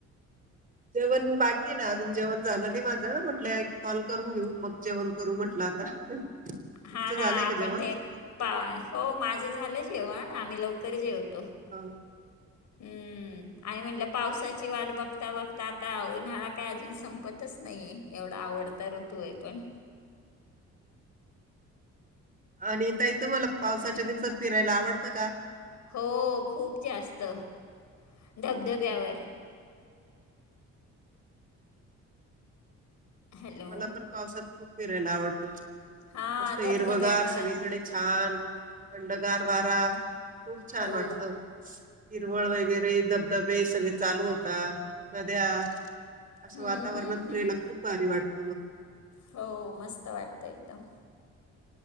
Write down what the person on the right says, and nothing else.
जेवण बाकी ना अजून जेवण झालं नाही माझं म्हटलं एक कॉल करून घेऊ मग जेवण करू म्हटलं आता तुमचं
झालंय का
जेवण?
हा
आणि ताइ तुम्हाला पावसाच्या दिवसात फिरायला आवडतं का
मला पण पावसात खूप फिरायला आवडतं
मस्त हिरवगार
सगळीकडे छान खंडगार वार खूप छान
वाटतं हिरवळ वगैरे धबधबे सगळे चालू होता नद्या असं
वातावरणात
फिरायला
खूप भारी वाटत